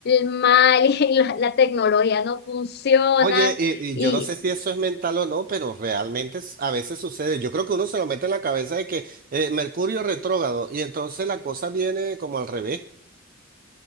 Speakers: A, on the left (about 50°); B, on the right (about 40°).
A: mal <laughs> y la la tecnología no funciona.
B: Oye, y,
A: Y,
B: y yo no sé si eso es mental o no, pero realmente es- a veces sucede. Yo creo que uno se lo mete en la cabeza de que eh, Mercurio retrógrado y entonces la cosa viene como al revés. <laughs>